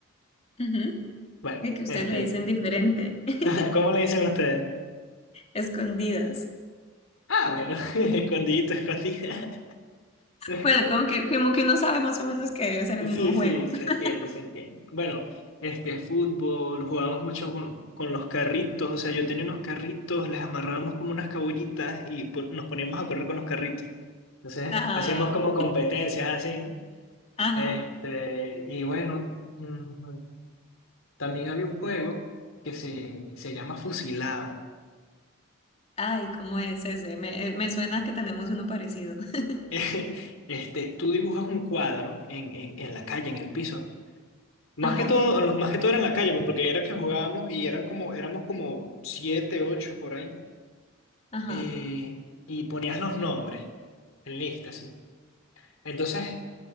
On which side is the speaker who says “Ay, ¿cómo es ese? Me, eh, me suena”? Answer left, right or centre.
Left